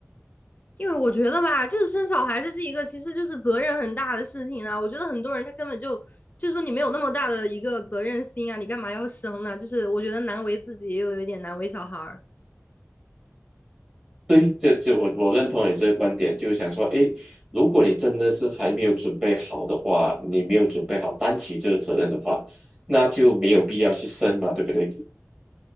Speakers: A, on the left; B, on the right.
A: 因为我觉得吧，就是生小孩子这是一个，其实就是责任很大的事情啊。我觉得很多人他根本就就是说你没有那么大的一个责任心啊，你干嘛要生呢？就是我觉得难为自己，又有一点难为小孩儿。
B: 对，这这我我认同你这个观点，就是想说，诶，如果你真的是还没有准备好的话，你没有准备好担起这个责任的话，那就没有必要去生嘛，对不对？